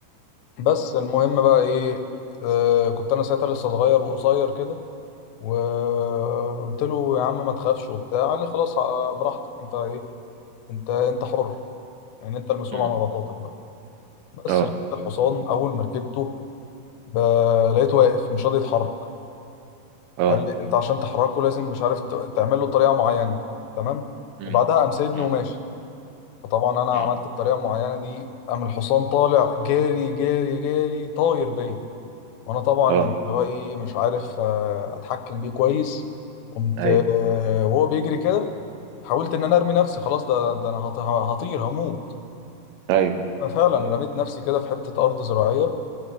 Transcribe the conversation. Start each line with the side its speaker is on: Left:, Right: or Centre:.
Left: بس المهم بقى ايه آه كنت انا ساعتها لسه صغير وقصير كده وقلت له يا عم ما تخافش وبتاع قال لي خلاص آه، براحتك انت ايه انت انت حر يعني انت المسؤول
Right: مم.
Left: عن غلطاتك بقى بس
Right: اه
Left: ركبت الحصان اول ما ركبته ب- لقيته واقف مش راضي يتحرك
Right: اه
Left: فقال لي انت عشان تحركه لازم مش عارف ت- تعمل له طريقه معينه تمام
Right: مم.
Left: وبعدها قام سايبني
Right: مم.
Left: وماشي فطبعا انا
Right: مم.
Left: عملت الطريقه المعينه دي قام الحصان طالع جاري جاري جاري طاير بيا وانا طبعا
Right: اه
Left: يعني اللي هو ايه مش عارف آه، اتحكم بيه كويس قمت
Right: ايوه
Left: آه، وهو بيجري كده حاولت ان انا ارمي نفسي خلاص ده ده انا هط- هطير هموت
Right: ايوه
Left: فعلا رميت نفسي كده في حته ارض زراعيه